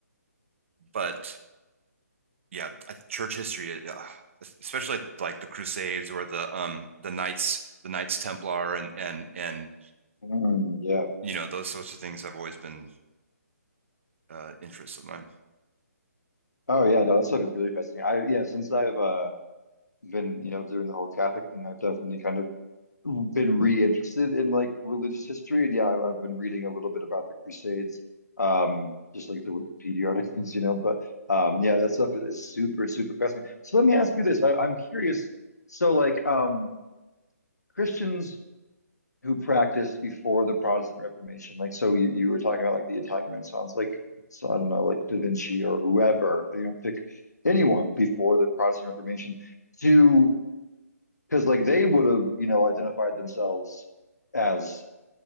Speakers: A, on the right; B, on the left.
A: but yeah, church history, uh, especially like the Crusades or the um, the Knights the Knights Templar and and and
B: mm, yeah.
A: you know those sorts of things have always been uh, interests of mine.
B: Oh yeah, no, that stuff is really fascinating. I yeah, since I've uh been you know doing the whole Catholic thing, I've definitely kind of been reinterested in like religious history, and yeah, I've, I've been reading a little bit about the Crusades, um, just like the Wikipedia <laughs> articles, you know. But um, yeah, that stuff is super, super fascinating. So let me ask you this: I, I'm curious. So like um, Christians who practiced before the Protestant Reformation, like so you, you were talking about like the Italian Renaissance, like so I don't know, like Da Vinci or whoever, you know, pick anyone before the Protestant Reformation. Do because like they would have, you know, identified themselves as